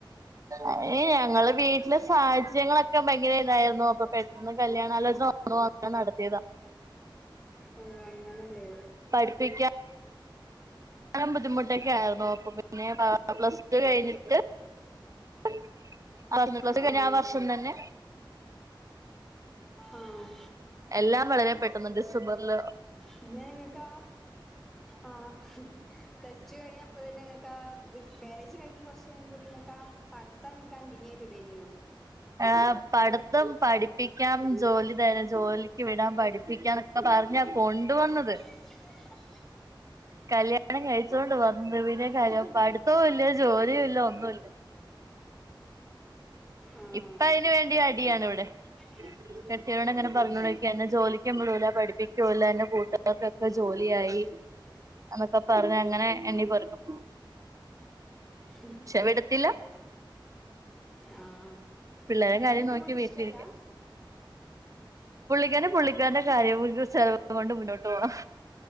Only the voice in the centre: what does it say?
ഓ അങ്ങനെല്ലേ
ആഹ്
ആഹ്
പിന്നെ ഇങ്ങക്ക് ആ ആ പ്ലസ് ടു കഴിഞ്ഞ അപ്പ തന്നെ ഇങ്ങക്ക് ആ ബാരേജ് കഴിഞ്ഞ് കൊറച് ചെയ്യുമ്പോത്തിന് നിങ്ങൾക്ക് ആ പഠിത്തം അങ്ങണ്ട് കണ്ടിന്യൂ ചെയ്തൂടെയ്നോ
<unintelligible>
പഠിപ്പിക്ക
ആഹ്
<unintelligible>
ഓഹ്
ഉം ഉം
ആഹ്
പണിക്ക്
പോണ
ഇഷ്ടല്ല